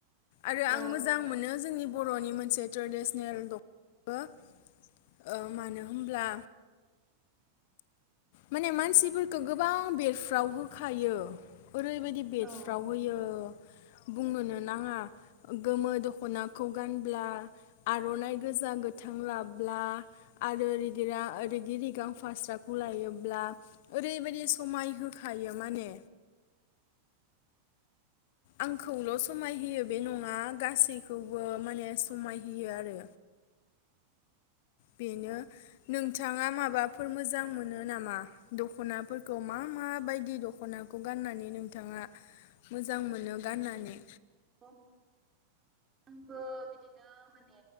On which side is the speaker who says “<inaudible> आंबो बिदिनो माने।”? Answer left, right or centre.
Right